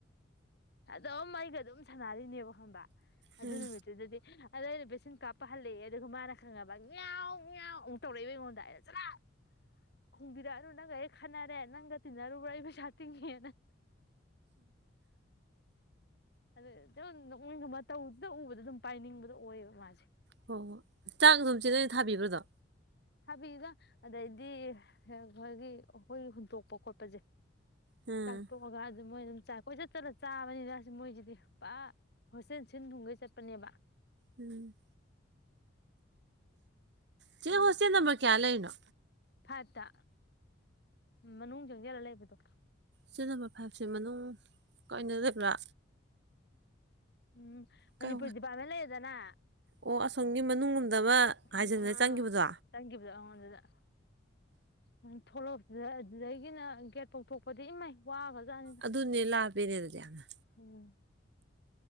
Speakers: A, on the left; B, on the right.
A: ꯑꯗꯨꯝ ꯑꯩꯒ ꯑꯗꯨꯝ ꯁꯥꯟꯅꯔꯤꯅꯦꯕ ꯈꯪꯕ ꯑꯗꯨ
B: ꯎꯝ
A: ꯅꯨꯃꯤꯠꯇꯗꯤ ꯑꯗ ꯑꯩꯅ ꯚꯦꯛꯁꯤꯟ ꯀꯥꯞꯄ ꯍꯜꯂꯛꯑꯦ ꯑꯗꯨꯒ ꯃꯥꯅ ꯈꯪꯉꯕ ꯉꯌꯥꯥꯎ ꯉꯌꯥꯥꯎ ꯑꯃꯨꯛ ꯇꯧꯔꯛꯏꯕ ꯑꯩꯉꯣꯟꯗ ꯑꯖꯔꯥꯛ ꯈꯣꯡꯕꯤꯔꯛꯑꯅꯨ ꯅꯪꯒ ꯑꯩ ꯈꯟꯅꯔꯦ ꯅꯪꯒꯇꯤꯟ ꯅꯔꯨꯕ ꯁꯥꯇꯤꯡꯦꯅ ꯑ ꯇꯧꯗꯨꯗ ꯎꯕꯗ ꯑꯗꯨꯝ ꯄꯥꯏꯅꯤꯡꯕꯗꯣ ꯑꯣꯏꯌꯦꯕ ꯃꯥꯁꯦ
B: ꯍ ꯍꯣ ꯆꯥꯛ ꯑꯗꯨꯝ ꯆꯤꯂꯩꯅ ꯊꯥꯕꯤꯕ꯭ꯔꯥꯗꯣ
A: ꯊꯥꯕꯤꯒ ꯑꯗꯩꯗꯤ ꯑꯩꯣꯏꯒꯤ ꯑꯩꯈꯣꯏ ꯍꯨꯟꯇꯣꯛꯄ ꯈꯣꯠꯄꯁꯦ
B: ꯎꯝ
A: ꯆꯥꯛꯄꯣ ꯑꯣꯒ ꯑꯗꯨ ꯃꯣꯏ ꯑꯗꯨꯝ ꯀꯣꯏꯆꯠ ꯆꯠꯂ ꯆꯥꯕꯅꯤꯅ ꯁꯤ ꯃꯣꯏꯁꯤꯗꯤ ꯄꯨ ꯍꯣꯁꯇꯦꯜ ꯁꯤꯟ ꯊꯨꯝꯈꯩ ꯆꯠꯄꯅꯦꯕ
B: ꯎꯝ ꯁꯤ ꯍꯣꯁꯇꯦꯜ ꯅꯝꯕꯔ ꯀꯌꯥ ꯂꯩꯔꯤꯅꯣ
A: ꯐꯠꯇ ꯃꯅꯨꯡ ꯆꯪꯁꯤꯦꯜꯂ ꯂꯩꯕꯗꯣ
B: ꯁꯤ ꯅꯝꯕꯔ ꯐꯥꯏꯚꯁ ꯃꯅꯨꯡ ꯀꯏꯅ ꯂꯩꯕ꯭ꯔꯥ
A: ꯎꯝ ꯃꯅꯤꯄꯨꯔ
B: ꯀꯩ
A: ꯗꯤꯄꯥꯔꯠꯃꯦꯟ ꯂꯩꯔꯦꯗꯅ
B: ꯑꯣ ꯑꯁꯣꯝꯒꯤ ꯃꯅꯨꯡ ꯂꯣꯝꯗ ꯑꯃ
A: ꯎꯝ
B: ꯍꯥꯏꯖꯤꯟꯂ
A: ꯑ
B: ꯆꯪꯈꯤꯕꯗꯣ
A: ꯆꯪꯈꯤꯕꯗꯣ ꯑꯩꯉꯣꯟꯗꯨꯗ ꯎꯝ ꯊꯣꯛꯂꯛꯄꯗ ꯑꯗꯨꯗꯒꯤꯅ ꯇꯧꯊꯣꯛꯄꯗꯤ ꯏꯃꯩ ꯋꯥꯒꯖꯅꯤꯗ
B: ꯑꯗꯨꯅꯦ ꯂꯥꯞꯄꯦꯅꯦ ꯑꯗꯨꯗꯤ ꯌꯥꯝꯅ
A: ꯎꯝ